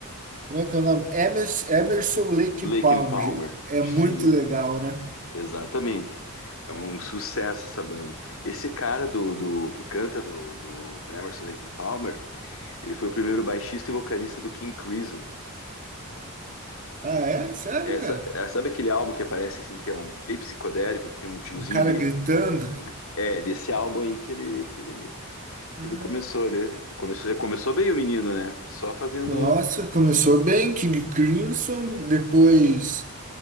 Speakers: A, on the right (about 35°); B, on the left (about 70°).
A: como é que é o nome? Emerson, Emerson Lake
B: Lake
A: Palmer.
B: and Palmer.
A: É
B: Sim,
A: muito legal, né?
B: exatamente. É um sucesso essa banda. Esse cara do, do que canta do, do, do Emerson Lake and Palmer, ele foi o primeiro baixista e vocalista do King Crimson.
A: Ah, é? Sério,
B: É,
A: cara?
B: sa- é, sabe aquele álbum que aparece assim, que é um bem psicodélico, que tem um tiozinho
A: Um cara
B: gritando?
A: gritando?
B: É, desse álbum aí que ele, que ele,
A: Ah,
B: que ele começou, né? Começou, ele começou bem o menino, né? Só fazendo.
A: Nossa, começou bem, King Crimson, depois